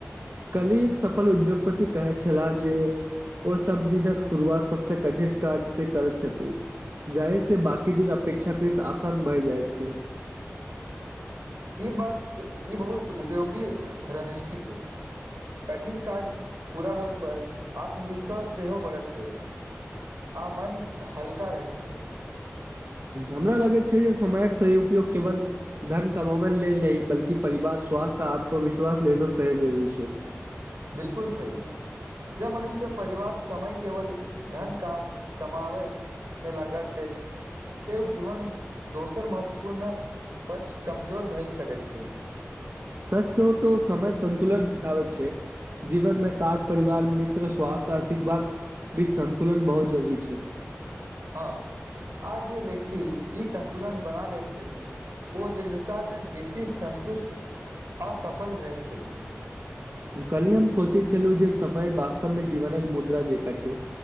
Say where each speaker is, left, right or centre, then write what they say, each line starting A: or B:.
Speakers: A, on the right (about 55°); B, on the right (about 85°).
A: कली एक सफल उद्योगपति कहैत छलाह जे ओ सब दिनक शुरुआत सबस कठिन काज से करैत छथिन जाइ से बाकी अपेक्षाकृत आसान भए जाइ छै
B: ई बात ई बहुत उपयोगी रणनीति छै कठिन काज पूरा होइ पर आत्मविश्वास सेहो बढ़त छै आ मन हल्का रहैत छै
A: हमरा लगैत छै जे समयक सही उपयोग केवल धन कब ल लेल न बल्कि परिवार स्वासथ्य आ आत्मविश्वास ल लेलो सहज जरूरी छै
B: बिलकुल सही ज मनुष्य परिवार समय केवल धन क कमावै मे लगा देत एतऽ ओ जीवन दोसर महत्वपूर्ण पक्ष कमजोर भइल सकैत छी
A: सच कहु तो समय संन्तुलन सिखाबैत छै जीवन मे काज परिवार मित्र स्वासथ्य आ शिखवाक भी सन्तुलन बहुत जरूरी छै
B: हँ आ जे व्यक्ति ई संन्तुलन बना लैत छथि ओ दीर्घकालमे बेसी सन्तुष्ट आ सफल रहैत छथि।
A: कल्हि हम सोचैत छलहुँ जे सभय वास्तवमे जीवनक मुद्रा जेकाँ छै